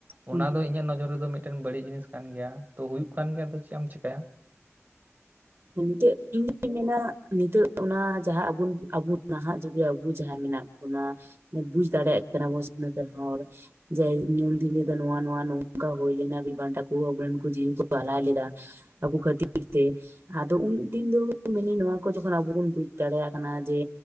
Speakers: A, on the right (about 55°); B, on the right (about 35°).
A: ᱦᱩᱸ
B: ᱚᱱᱟ ᱫᱚ ᱤᱧᱟᱹᱜ ᱱᱚᱡᱚᱨ ᱨᱮᱫᱚ ᱢᱤᱫᱴᱮᱱ ᱵᱟᱹᱲᱤᱡ ᱡᱤᱱᱤᱥ ᱠᱟᱱ ᱜᱮᱭᱟ ᱛᱳ ᱦᱩᱭᱩᱜ ᱠᱟᱱ ᱜᱮᱭᱟ ᱛᱚ ᱪᱮᱫ ᱮᱢ ᱪᱤᱠᱟᱭᱟ
A: ᱱᱤᱛᱚᱜ <unintelligible> ᱤᱧ ᱢᱮᱱᱟ ᱾ ᱱᱤᱛᱚᱜ ᱚᱱᱟ ᱡᱟᱦᱟᱸ ᱟᱵᱚ, ᱟᱵᱚ ᱱᱟᱦᱟᱜ ᱡᱩᱜᱽ ᱨᱮ ᱟᱵᱚ ᱡᱟᱦᱟᱸ ᱢᱮᱱᱟᱜ ᱵᱚᱱᱟ ᱵᱩᱡᱽ ᱫᱟᱲᱮᱭᱟᱜ ᱠᱟᱱᱟ ᱵᱚᱱ ᱥᱤᱠᱷᱱᱟᱹᱛ ᱟᱱ ᱦᱚᱲ ᱾ ᱡᱮ ᱱᱩᱱ ᱫᱤᱱ ᱨᱮᱫᱚ ᱱᱚᱣᱟ ᱱᱚᱣᱟ ᱱᱚᱝᱠᱟ ᱦᱩᱭ ᱞᱮᱱᱟ ᱵᱤᱵᱟᱱᱴᱟ ᱠᱚ ᱟᱵᱚᱨᱮᱱᱠᱩ ᱡᱤᱣᱤ ᱠᱚ ᱟᱞᱟᱭ ᱞᱮᱫᱟ ᱾ ᱟᱵᱚ ᱠᱷᱟᱛᱤ ᱤᱨ ᱛᱮ ᱟᱫᱚ ᱩᱱᱟᱹᱜ ᱫᱤᱱ ᱫᱚ ᱢᱟᱱᱮ ᱱᱚᱣᱟ ᱠᱚ ᱡᱚᱠᱷᱚᱱ ᱟᱵᱚ ᱵᱚᱱ ᱵᱩᱡᱽ ᱫᱟᱲᱮᱭᱟᱜ ᱠᱟᱱᱟ ᱡᱮ